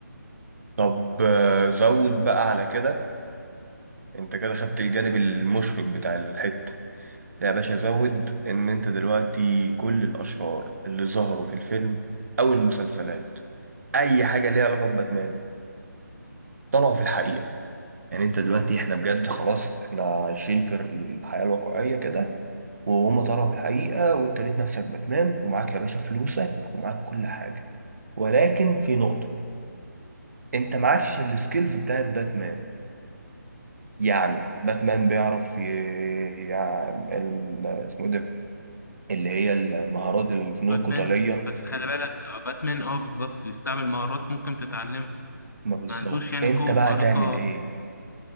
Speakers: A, on the right; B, on the left.
A: طب آه، زود بقى على كده انت كده خدت الجانب المشرق بتاع الحتة يا باشا زود ان انت دلوقتي كل الاشرار اللي ظهروا في الفيلم او المسلسلات اي حاجة ليها علاقة بباتمان طلعوا في الحقيقة يعني انت دلوقتي احنا بجد خلاص احنا عايشين في الحياة الواقعية كده وهما طلعوا في الحقيقة وانت لقيت نفسك باتمان ومعاك يا باشا فلوسك ومعاك كل حاجة ولكن في نقطة انت معكش السكيلز بتاعت باتمان يعني باتمان بيعرف ي... يع- ال... اسمه ايه ده اللي هي المهارات الفنون
B: باتمان
A: القتالية
B: بس خلي بالك آه، باتمان اه بالظبط بيستعمل مهارات ممكن تتعلمها
A: ما بالظبط
B: ما عندوش يعني
A: انت
B: قوة
A: بقى
B: خارقة
A: هتعمل ايه